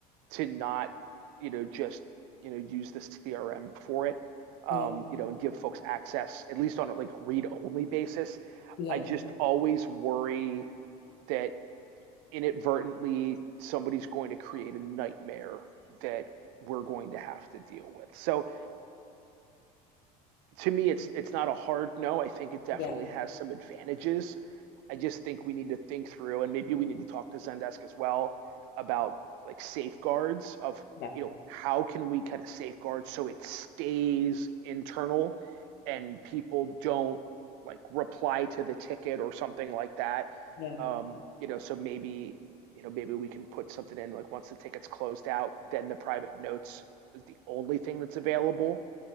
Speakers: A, on the right; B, on the left.
A: to not, you know, just you know use the CRM for it, um,
B: Yeah,
A: you know, and give folks access at least on a like read only basis.
B: yeah,
A: I just always worry that inadvertently somebody's going to create a nightmare that we're going to have to deal with. So to me it's it's not a hard no. I think it definitely
B: yeah,
A: has some advantages. I just think we need to think through and maybe we need to talk to Zendesk as well about like safeguards of
B: yeah,
A: you know how can we kind of safeguard so it stays internal and people don't like reply to the ticket or something like that.
B: yeah.
A: Um, you know, so maybe you know maybe we can put something in like once the ticket's closed out, then the private notes is the only thing that's available